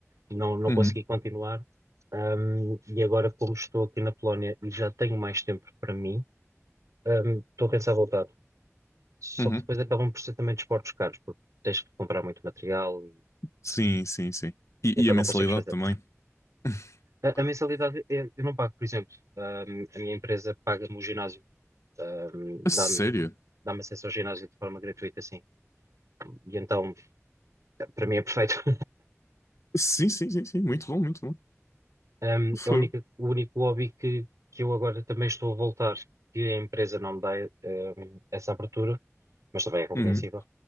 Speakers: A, on the right (about 85°); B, on the left (about 70°).
A: não, não
B: Uhum.
A: consegui continuar. Um, e agora, como estou aqui na Polónia e já tenho mais tempo para mim, um, estou a pensar voltar. Só
B: Uhum.
A: que depois acabam por ser também desportos caros, porque tens que comprar muito material e,
B: Sim, sim, sim. E,
A: e então
B: e a
A: não
B: mensalidade
A: consegues fazer.
B: também. <laughs>
A: A, a mensalidade é- eu não pago, por exemplo. Um, a minha empresa paga-me o ginásio, um,
B: A Sério?
A: dá-me dá-me acesso ao ginásio de forma gratuita, assim. E então, para mim é perfeito.
B: Sim, sim, sim, sim. Muito bom, muito bom.
A: Um,
B: Fogo.
A: é a única- o único hobby que, que eu agora também estou a voltar, que a empresa não me dá, um, essa abertura, mas também é compreensível,
B: Uhum.